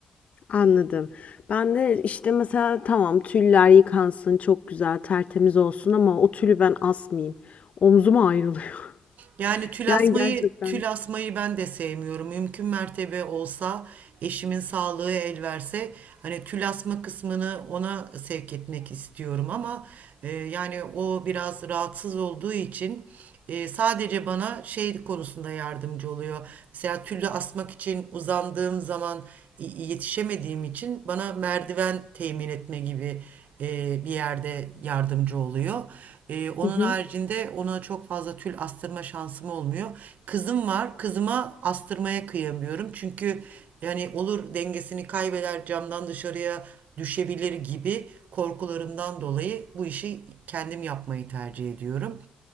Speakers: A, on the left (about 60°); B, on the right (about 75°).
A: Anladım. Ben de işte mesela tamam tüller yıkansın çok güzel tertemiz olsun ama o tülü ben asmayayım. Omzuma ayrılıyor. <laughs>
B: Yani tül
A: Yani
B: asmayı,
A: gerçekten.
B: tül asmayı ben de sevmiyorum. Mümkün mertebe olsa eşimin sağlığı el verse hani tül asma kısmını ona sevk etmek istiyorum ama e, yani o biraz rahatsız olduğu için e, sadece bana şey konusunda yardımcı oluyor. Mesela tülü asmak için uzandığım zaman yetişemediğim için bana merdiven temin etme gibi e, bir yerde yardımcı oluyor. E, onun
A: Hı hı.
B: haricinde ona çok fazla tül astırma şansım olmuyor. Kızım var. Kızıma astırmaya kıyamıyorum. Çünkü yani olur dengesini kaybeder camdan dışarıya düşebilir gibi korkularımdan dolayı bu işi kendim yapmayı tercih ediyorum.